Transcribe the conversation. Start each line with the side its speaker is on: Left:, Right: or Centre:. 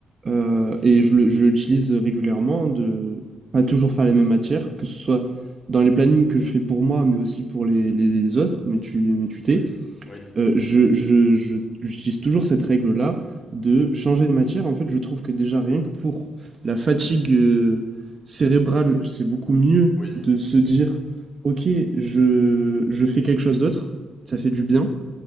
Right: Euh, et je le- je l'utilise régulièrement de pas toujours faire les mêmes matières, que ce soit dans les plannings que je fais pour moi, mais aussi pour les, les autres, mais tu, mais tu t'es.
Left: Oui, oui,
Right: Euh, je, je, je- j'utilise toujours cette règle-là de changer de matière. En fait, je trouve que déjà rien que pour la fatigue euh, cérébrale, c'est beaucoup mieux
Left: oui,
Right: de se dire, ok, je, je fais quelque chose d'autre, ça fait du bien